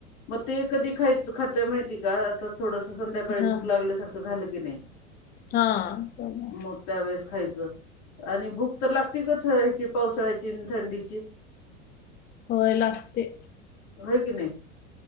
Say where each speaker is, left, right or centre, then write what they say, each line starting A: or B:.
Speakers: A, on the left; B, on the left.
A: मग ते कधी खायच खातोय माहिती का तस थोडस संध्याकाळी,
B: हा
A: भूक लागल्यासारखं झालं की नाही
B: हा त्यामुळं
A: मग त्यावेेळेस खायचं, आणि भूक तर लागती ग ह्याची पावसाळ्याची आणि थंडीची.
B: होय लागते.
A: होय की नाही.